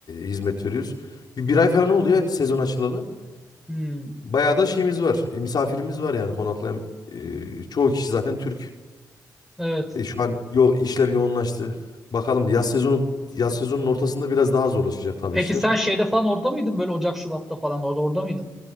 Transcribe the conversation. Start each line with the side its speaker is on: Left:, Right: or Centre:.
Left: hizmet veriyoruz. Bir, bir ay falan oldu ya sezon açılalı.
Centre: Hmm.
Left: Bayağı da şeyimiz var e, misafirimiz var yani konaklayan e, çoğu kişi zaten Türk.
Centre: Evet.
Left: E, şu an yo, işler yoğunlaştı. Bakalım yaz sezonu yaz sezonun ortasında biraz daha zorlaşacak tabii
Centre: Peki
Left: işler.
Centre: sen şeyde falan orada mıydın? Böyle Ocak, Şubat'ta falan orada orada mıydın?